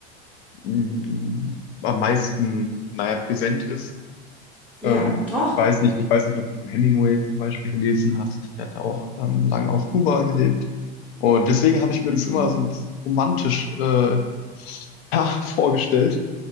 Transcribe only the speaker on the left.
mh, am meisten, naja, präsent ist.
Ähm,
ich weiß nicht, ich weiß nicht, ob du Hemingway zum Beispiel gelesen hast. Der hat ja auch ähm, lange auf Kuba gelebt. Und deswegen habe ich mir das
immer so ein bisschen romantisch äh, <laughs> ja, vorgestellt.